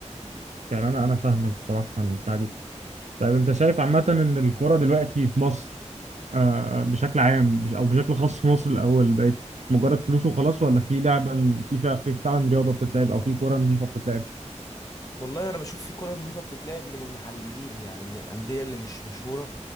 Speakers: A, on the right (about 70°); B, on the left (about 30°).
A: يعني انا انا فاهمك بصراحه البتاع دي طيب انت شايف عامه ان الكوره دلوقتي في مصر آه، بشكل عام بش- او بشكل خاص في مصر الاول بقت مجرد فلوس وخلاص ولا في لعبه م- في فع- في فعلا رياضه بتتلعب او في كوره نظيفه بتتلعب
B: والله أنا بشوف في كرة نظيفة بتتلعب من المحليين يعني من الأندية اللي مش مشهورة